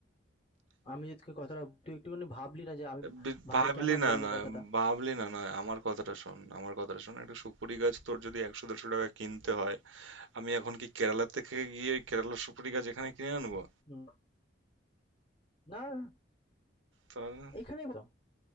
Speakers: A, on the left; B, on the right.
A: আমি যে তোকে কথাটা তুই একটুখানি ভাবলি না যে আমি
B: বি-
A: ভাই
B: ভাবলি
A: কেন
B: না
A: বললো
B: না
A: কথাটা?
B: ভাবলি না না আমার কথাটা শোন আমার কথাটা শোন একটা সুপুরি গাছ তোর যদি একশো দেড়শো টাকা কিনতে হয় আমি এখন কি কেরালা থেকে গিয়ে ওই কেরালার সুপুরি গাছ এখানে কিনে আনবো
A: হুম, না
B: তাহলে না।
A: এখানেই তো